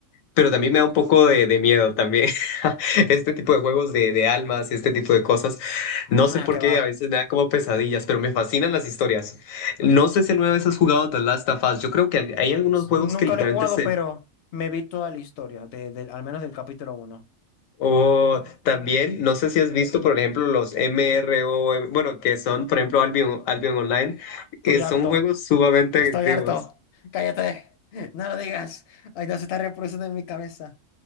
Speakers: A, on the left; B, on the left.
A: pero también me da un poco de, de miedo también. <laughs> Este tipo de juegos de, de almas y este tipo de cosas, no
B: Ah,
A: sé por
B: que
A: qué,
B: va.
A: a veces me dan como pesadillas, pero me fascinan las historias. No sé si alguna vez has jugado The Last of Us, yo creo que hay algunos juegos
B: Nunca
A: que literalmente
B: lo he jugado,
A: se...
B: pero me vi toda la historia, de, del- al menos del capítulo uno.
A: O también, no sé si has visto, por ejemplo, los MRO, bueno, que son, por ejemplo, Albion, Albion Online,
B: Estoy
A: que son
B: harto.
A: juegos sumamente
B: Estoy
A: adictivos.
B: harto. Cállate. No lo digas. Ay, no se está reproduciendo en mi cabeza.